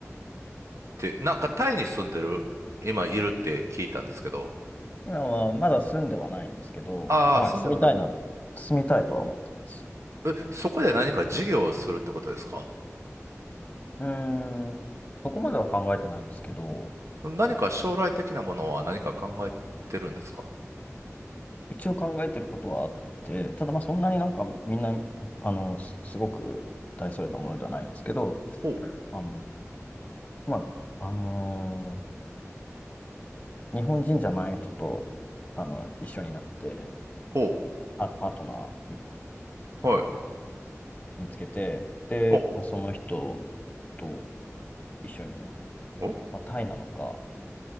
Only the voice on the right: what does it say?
て、なんかタイに住んでる今いるって聞いたんですけど。
ああ、
住んではない。
え、そこで何か事業をするってことですか
何か将来的なものは何か考えてるんですか
ほう、
ほ
う、はい。
ほ
う、お、